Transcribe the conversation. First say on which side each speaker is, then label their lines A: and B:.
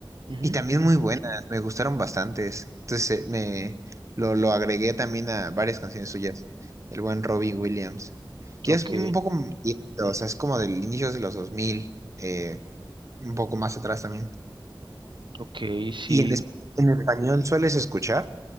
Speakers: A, on the right; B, on the right.
A: ujú.
B: Y también muy buenas, me gustaron bastantes. Entonces eh, me lo, lo agregué también a varias canciones suyas, el buen Robbie Williams. Ya
A: Ok,
B: es un poco viejito, o sea, es como del inicio de los 2000, eh, un poco más atrás también.
A: ok, sí.
B: ¿Y en, es- en español sueles escuchar?